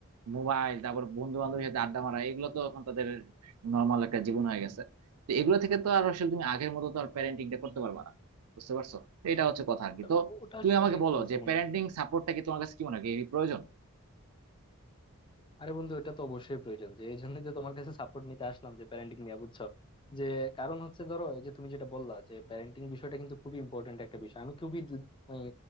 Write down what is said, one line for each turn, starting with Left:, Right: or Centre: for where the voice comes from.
Right: মোবাইল তারপর বন্ধু বান্ধবের সাথে আড্ডা মারা এগুলো তো এখন তাদের নর্মাল একটা জীবন হয়ে গেছে তো এগুলো থেকে তো আর আসলে তুমি আগের মতো তো আর প্যারেন্টিংটা করতে পারবা না বুঝতে পারছো তো এটা হচ্ছে কথা আর
Left: ওটা
Right: কি তো
Left: ওটা
Right: তুমি
Left: আসলে
Right: আমাকে
Left: ঠিক
Right: বলো
Left: বলছো
Right: যে
Left: বন্ধু
Right: প্যারেন্টিং সাপোর্টটা কি তোমার কাছে কি মনে হয় এই প্রয়োজন
Left: আরে বন্ধু এটা তো অবশ্যই প্রয়োজন যে এই জন্যই তো তোমার কাছে সাপোর্ট নিতে আসলাম যে প্যারেন্টিং নিয়ে বুঝছো যে কারণ হচ্ছে ধরো এই যে তুমি যেটা বললা যে প্যারেন্টিং বিষয়টা কিন্তু খুবই ইম্পর্টেন্ট একটা বিষয় আমি খুবই দু- মানে